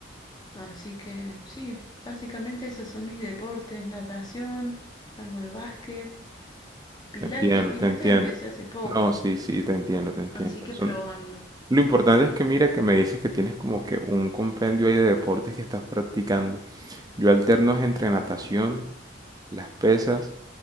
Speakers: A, on the left; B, on the right.
A: Así que sí, básicamente esos son mis deportes, natación, algo de básquet, pilates,
B: Te entiendo,
A: pilates
B: te entiendo.
A: empecé hace poco,
B: No, sí, sí, te entiendo, te entiendo.
A: así que
B: Son...
A: probando.
B: Lo importante es que mira que me dices que tienes como que un compendio ahí de deportes que estás practicando. Yo alterno es entre natación, las pesas.